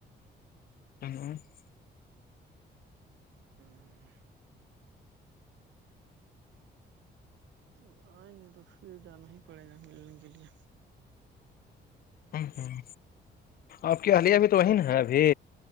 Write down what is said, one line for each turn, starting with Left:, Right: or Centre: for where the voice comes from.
Left: <inaudible>
Right: ہوں اب آئیں گے تو پھر جانا ہی پڑے گا ملنے کے لیے
Left: ہاں آپ کی حلیہ بھی تو وہی ن ہے ابھی